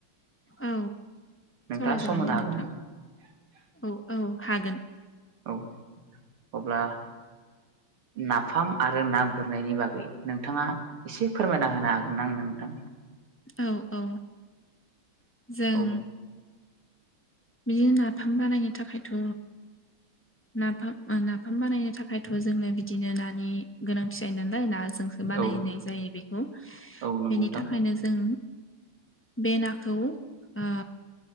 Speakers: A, on the left; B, on the right.
A: औ
B: नोंथाङा
A: सरायजागोन
B: सम होनो
A: दे
B: हागोन
A: नोंथां
B: ना
A: औ औ। हागोन।
B: औ अब्ला। नाफाम आरो ना गुरनायनि बागै नोंथाङा एसे फोरमायना होनो हागोन आां नोंथां।
A: औ औ जों।
B: औ
A: बिदि नाफाम बानायनो थाखायथ' नाफाम नाफाम बानायनो थाखायथ' जोंनो बिदिनो नानि गोनांथि जायो नाल लाय नााजोंसो बानायनाय
B: औ
A: जायो बेखौ
B: औ नंगौ
A: बेनि
B: नोंथां
A: थाखायनो जों बे नाखौ ओ